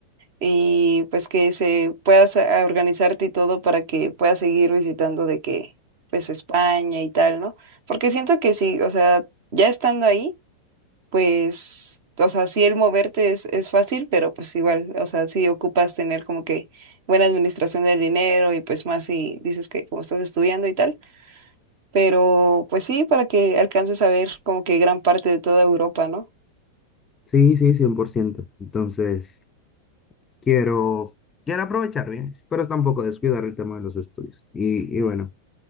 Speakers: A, on the right; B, on the left.
A: y pues que se puedas a- organizarte y todo para que puedas seguir visitando de que, pues España y tal, ¿no? Porque siento que sí, o sea, ya estando ahí pues, o sea, sí el moverte es, es fácil, pero pues igual, o sea, sí ocupas tener como que buena administración del dinero y pues más si dices que como estás estudiando y tal, pero pues sí, para que alcances a ver como que gran parte de toda Europa, ¿no?
B: Sí, sí, cien por ciento Entonces, quiero, quiero aprovechar bien, pero tampoco descuidar el tema de los estudios. Y, y bueno,